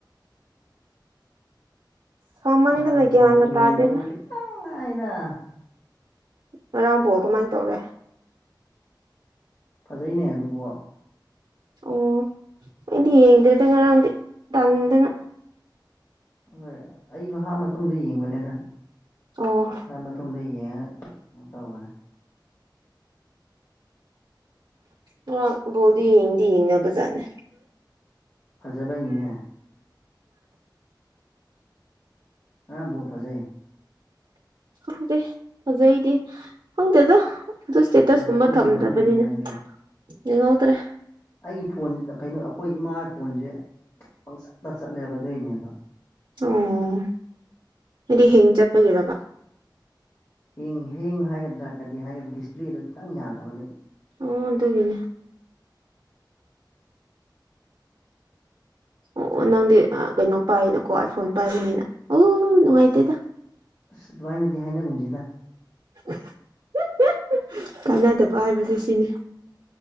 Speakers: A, on the right (about 75°); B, on the left (about 40°).
A: ꯁꯥꯃꯟꯗꯅ
B: ꯉꯔꯥꯡ ꯕꯣ
A: ꯒ꯭ꯌꯥꯟꯒ
B: ꯏꯪꯂꯦꯟ
A: ꯇꯥꯗꯦꯗ
B: ꯄꯣꯒꯦ ꯈꯤꯇꯪ ꯉꯥꯏꯗ
A: ꯉꯔꯥꯡꯕꯣꯜ ꯀꯃꯥꯏꯅ ꯇꯧꯔꯦ
B: ꯐꯖꯩꯅꯦꯕꯣ
A: ꯑꯣ ꯑꯩꯗꯤ ꯌꯦꯡꯗꯦꯗ ꯉꯔꯥꯡꯗꯤ ꯇꯟꯗꯅ
B: ꯎꯪꯉꯩ ꯑꯩꯖꯨ ꯍꯥꯞ ꯃꯇꯨꯡꯗ ꯌꯦꯡꯕꯅꯦꯗ
A: ꯑꯣ
B: ꯍꯥꯞ ꯃꯇꯨꯡ ꯇꯨꯡꯗ ꯌꯦꯡꯉꯒ ꯇꯧꯕꯅꯦ
A: ꯉꯔꯥꯡ ꯕꯣꯜꯗꯤ ꯌꯦꯡꯗꯤ ꯌꯦꯡꯅꯕꯖꯥꯠꯅꯦ
B: ꯐꯖꯕꯩꯅꯤꯅꯦ ꯉꯔꯥꯡ ꯕꯣꯜ ꯐꯖꯩ
A: ꯈꯪꯗꯦ ꯐꯖꯩꯗꯤ ꯈꯪꯗꯦꯗ ꯑꯗꯨ ꯏꯁꯇꯦꯇꯁ
B: ꯐꯖꯕꯗꯣ
A: ꯀꯨꯝꯕ
B: ꯌꯦꯡꯍꯧꯗ꯭ꯔꯦꯅꯦ
A: ꯊꯝꯗꯕꯅꯤꯅ
B: ꯅꯪꯗꯤ
A: ꯌꯦꯡꯍꯧꯗ꯭ꯔꯦ
B: ꯑꯩꯒꯤ ꯐꯣꯟ ꯀꯩꯅꯣ ꯑꯩꯈꯣꯏ ꯏꯃꯥꯒꯤ ꯐꯣꯟꯖꯦ ꯄꯪꯆꯠꯇ ꯆꯠꯂꯦꯕ ꯑꯗꯨꯏꯅꯦꯕ
A: ꯑꯣ ꯍꯥꯏꯗꯤ ꯍꯦꯡ ꯆꯠꯄꯒꯤꯔꯕ
B: ꯍꯦꯡ ꯍꯦꯡ ꯍꯥꯏꯒꯗ꯭ꯔꯥ ꯀꯔꯤ ꯍꯥꯏꯒꯗ꯭ꯔꯥ ꯗꯤꯁꯄ꯭ꯂꯦꯗꯣ ꯈꯤꯇꯪ ꯌꯥꯗꯕ ꯑꯗꯨꯏ
A: ꯑꯣ ꯑꯗꯨꯒꯤꯅꯦ ꯑꯣ ꯑꯣ ꯅꯪꯗꯤ ꯀꯩꯅꯣ ꯄꯥꯏꯅꯀꯣ ꯑꯥꯏ ꯐꯣꯟ ꯄꯥꯏꯕꯅꯤꯅ ꯑꯣ ꯅꯨꯡꯉꯥꯏꯇꯦꯗ
B: ꯑꯁ ꯑꯗꯨꯃꯥꯏꯅꯗꯤ ꯍꯥꯏꯅꯒꯨꯝꯖꯤꯗ
A: <unintelligible> ꯀꯥꯟꯅꯗꯕ ꯍꯥꯏꯕꯖꯦ ꯁꯤꯅꯤ